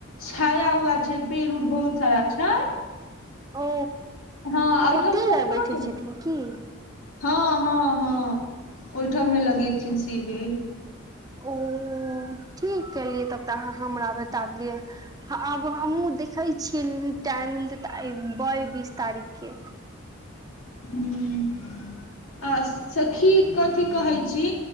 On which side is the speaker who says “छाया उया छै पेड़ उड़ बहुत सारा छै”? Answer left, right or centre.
Left